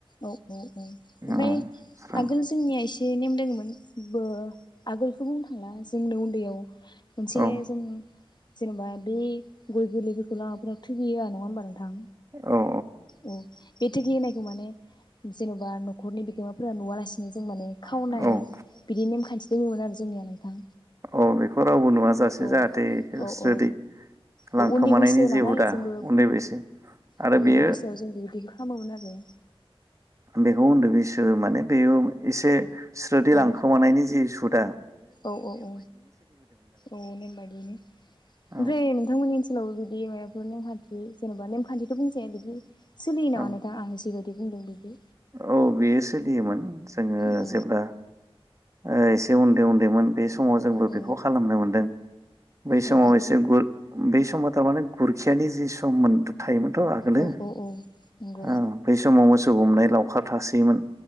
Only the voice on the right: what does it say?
औ स्रां
औ
औ
औ औ
अ बेखौ रावबो नुवाजासे
जाहाथे होस्रोदै
लांखोमानायनि
जे
हुदा
उन्दै बैसो आरो
बेयो
बेखौ उन्दै बै सो माने बेयो एसे स्रोदै
लांखोमानायनि जि सु दा
आरो
औ
औ बेयो सोलियोमोन जोङो
जेब्ला ओस उन्दै उन्दैमोन बे समाव जोंबो
बेखौ खालामनो मोनदों बै
समाव एसे गुर बै समाव थारमाने गुरखियानि जि सु सम थायोमोनथ आगोलो
औ बै समाव मोस <unintelligible> हमनाय लावखार थासोयोमोन